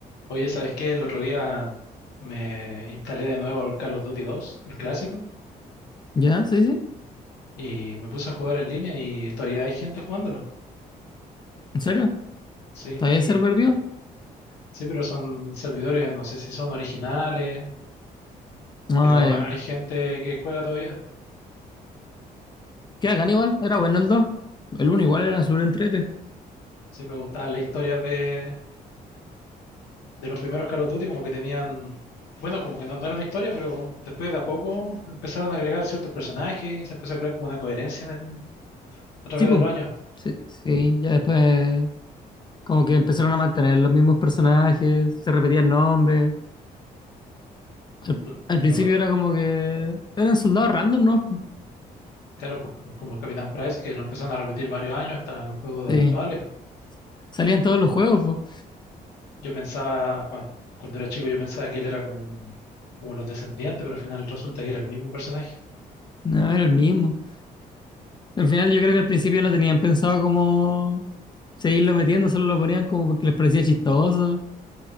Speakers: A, on the left; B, on the left.
A: Oye, ¿sabes qué? El otro día me instalé de nuevo el Call of Duty dos, el clásico,
B: Ya, sí, sí.
A: y me puse a jugar en línea y todavía hay gente jugándolo.
B: ¿En serio?
A: Sí,
B: ¿Todavía el
A: y,
B: server vivo?
A: sí, pero son servidores, no sé si son originales,
B: Ah,
A: pero
B: ya.
A: ha- hay gente que juega todavía.
B: Que hagan igual, era bueno el 2. El uno igual era súper entrete.
A: Sí, me gustaba la historia de, de los primeros Call of Duty, como que tenían, bueno, como que no, no era una historia, pero después de a poco empezaron a agregar ciertos personajes y se empezó a crear como una coherencia en el- a través
B: Sí, pues.
A: de los años.
B: Sí, sí, ya después como que empezaron a mantener los mismos personajes, se repetían nombres. Al,
A: ¿Lo,
B: al principio
A: lo
B: era como que eran soldados random, ¿no? po.
A: Claro, pues, como el Capitán Price, que lo empezaron a repetir varios años hasta los juegos de
B: Sí,
A: actuales.
B: salían todos los juegos, po.
A: Yo pensaba, cua- cuando era chico, yo pensaba que él era como un, como los descendientes, pero al final resulta que era el mismo personaje.
B: No, era el mismo. Al final yo creo que al principio no tenían pensado como seguirlo metiendo, solo lo ponían como porque les parecía chistoso,